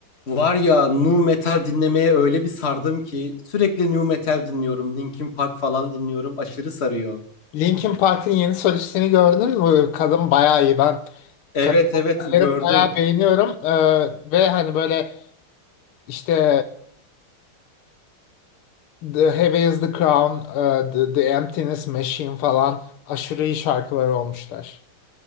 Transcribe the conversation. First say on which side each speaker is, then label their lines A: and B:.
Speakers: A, on the left; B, on the left.
A: Var ya nu metal dinlemeye öyle bir sardım ki sürekli nu metal dinliyorum. Linkin Park falan dinliyorum. Aşırı sarıyor.
B: Linkin Park'ın yeni solistini gördün mü? Kadın bayağı iyi. Ben
A: Evet
B: kadın
A: evet
B: vokalleri
A: gördüm.
B: bayağı beğeniyorum. Ee, ve hani böyle işte The Heavy is the Crown, e, The, The Emptiness Machine falan aşırı iyi şarkıları olmuşlar.